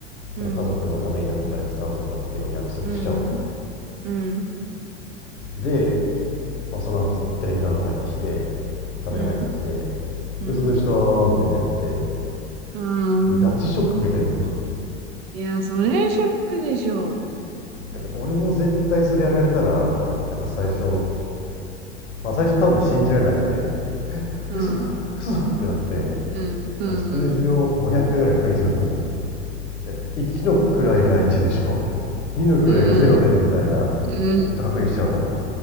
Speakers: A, on the right; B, on the left.
A: うん、
B: その家族のためになんかお金使うとかっていうのを約束しちゃうの
A: うん、うん、
B: で、まあ、その後テレビマンが入ってきてカメラが入ってきて
A: うん、うん、
B: 「嘘でした」みたいにやって
A: うん。
B: ガチショック受けてんのよ
A: いや、それショックでしょう。
B: <laughs> 俺も絶対それやられたらなんか最初、
A: うん、
B: まあ、最初多分信じられなくて
A: うん、
B: 「嘘だ嘘だ!」ってなって
A: うん、うん、
B: 数字を500回ぐらい確認すると思
A: うん、
B: うえ1の位が1でしょ
A: うん、
B: 2の位が0でみたいなずっと確認しちゃうと思
A: うん、うん、うん、